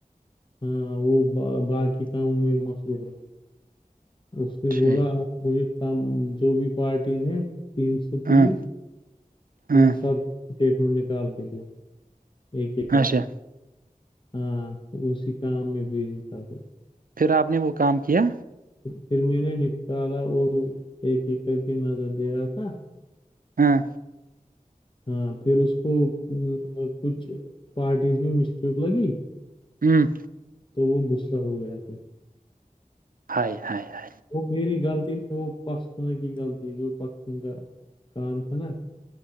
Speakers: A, on the left; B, on the right.
A: ہاں وہ باقی کاموں میں مشرور رہا اس نے
B: ٹھیک
A: بولا آپ مےم جو بھی پارٹیز ہیں تین سو تیس
B: ہاں
A: ہ
B: ہاں
A: سب اسٹیٹمنٹ نکال کے دو ایک ایک کر
B: اچھا
A: ہاں اسی کام میں بھیجتا تھا
B: پھر آپ نے وہ کام کیا
A: پھر میں نے نکالا اور ایک ایک کر کے نظر دے رہا تھا
B: ہاں
A: ہاں پھر اس کو کچھ پارٹیز میں مسٹیک لگی
B: ہوں
A: تو وہ غصہ ہو گیا پھر
B: ہ ہے
A: وہ میری غلطی میں وہ پسنے کی غلطی جو پسن کا کام تھا نا